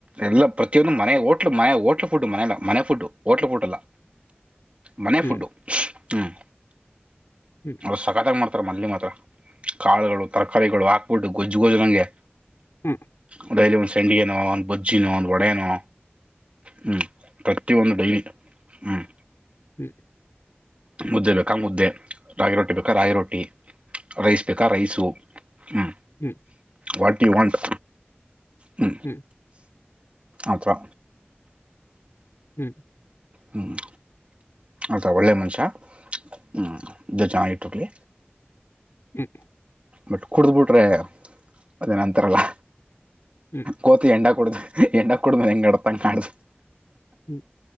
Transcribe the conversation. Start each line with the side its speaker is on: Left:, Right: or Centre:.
Right: ಎಲ್ಲ ಪ್ರತಿಯೊಂದು ಮನೆ ಹೋಟ್ಲ್ಲು ಮನೆ ಹೋಟ್ಲ್ ಫುಡ್ ಮನಲ್ಲ ಮನೆ ಫುಡ್ ಹೋಟ್ಲು ಫುಡ್ ಅಲ್ಲ ಮನೆ
Left: ಹ್ಮ್
Right: ಫುಡ್ಡು ಹ್ಮ್
Left: ಹ್ಮ್
Right: ಅ ಸಕತ್ಾಗಿ ಮಾಡ್ತ <unintelligible> ತ್ರ ಮಲ್ಲಿ ಮಾತ್ರ ಕಾಳುಗಳು ತರಕಾರಿಗಳು ಹಾಕ್ಬಿಟ್ಟು ಗೊಜ್ ಗೊಜ್ಜಂಗೆ.
Left: ಹ್ಮ್
Right: ಅದಲ್ಲಿ ಒಂದ್ ಸೆಂಡಿಗೆನೋ ಒಂದ್ ಬಜ್ಜಿನೋ ಒಂದು ವಡೆನೋ. ಹ್ಮ್ ಪ್ರತಿಯೊಂದು ಡೈಲಿಟ್ ಹ್ಮ್.
Left: ಹ್ಮ
Right: ಮುದ್ದೆ ಬೇಕಾ ಮುದ್ದೆ ರಾಗಿ ರೊಟ್ಟಿ ಬೇಕಾ ರಾಗಿ ರೊಟ್ಟಿ. ರೈಸ್ ಬೇಕಾ ರೈಸು ಹ್ಮ್.
Left: ಹ್ಮ್
Right: ವಾಟ್ ಯು ವಾಂಟ್ ಹ್ಮ.
Left: ಹ್ಮ್
Right: ಅತ್ರ
Left: ಹ್ಮ್
Right: ಹ್ಮ್ ಆಥ ಒಳ್ಳೆ ಮನುಷ್ಯ ಹ್ಮ ದ ಜನ ಇಟ್ಟುೋಗಿ
Left: <unintelligible>
Right: ಬಟ್ ಕುಡ್ದ್ ಬಿಟ್ರೆ ಅದೇನ ಅಂತಾರಲ್ಲ
Left: ಹ್ಮ್ ಹ್ಮ್
Right: ಕೋತಿ ಎಂಡಾ ಕುಡ ಎಂಡ ಕುಡಮ ಹೆಂಗಡಪ್ಪಂಗ ಮಾಡುದು
Left: ಹ್ಮ್